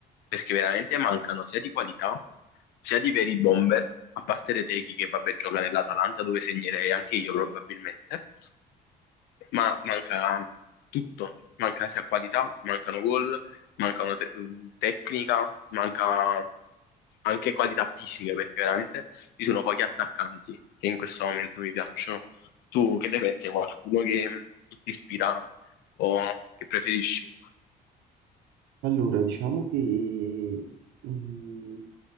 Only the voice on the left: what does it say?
perché veramente mancano sia di qualità sia di veri bomber, a parte Retegui che vabbè gioca nell'Atalanta dove segnerei anche io probabilmente, ma manca tutto, manca sia qualità, mancano gol, manca una te- tecnica, manca anche qualità fisiche, perché veramente ci sono pochi attaccanti che in questo momento mi piacciono. Tu che ne pensi? Qualcuno che ti ispira o che preferisci?